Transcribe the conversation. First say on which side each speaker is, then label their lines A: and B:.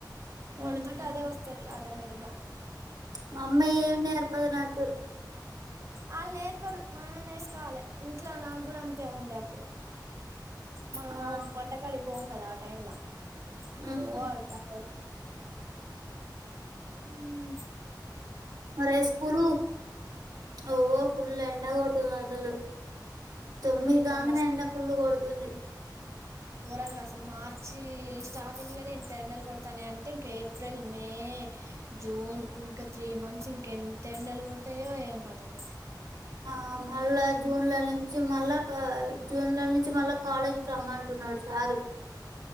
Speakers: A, on the right; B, on the right.
A: మ్మ్
B: ఓడుదంటే
A: హు
B: అదే వస్తుది ఆటోమేటిక్గా
A: మా అమ్మ ఏం నేర్పదు నాకు
B: ఆల్ నేర్పరు మనమే నేర్చుకోవాలి ఇంట్లో నాకు కూడా అంతే ఉండే అప్పుడు మనమో
A: ఆ
B: వంటకాడి పోం కదా ఆ టైమ్లా ఇప్పుడు
A: మ్మ్
B: పోల్ తప్పదు ఉమ్
A: మరె స్కూలు ఓ ఫుల్లటైం ఎండ కొడుతుంది అస్సలు తొమ్మిది
B: ఎండలు
A: కాగానే ఎండ ఫుల్ కొడుతుంది
B: గోరంగా అసలు మార్చి స్టార్టింగ్ ల నేను ఎండలు కొడతానే అంటే ఇంక ఏప్రిల్ మే జూన్ ఇంకా త్రీ మంత్స్ ఇంకెంత ఎండలు కొడతాయో ఏంకతనో
A: ఆ మళ్ళా జూన్ల నుంచి మళ్ళా జూన్ల నుంచి మళ్ళా కాలేజ్కి రమ్మటున్నాడు సారు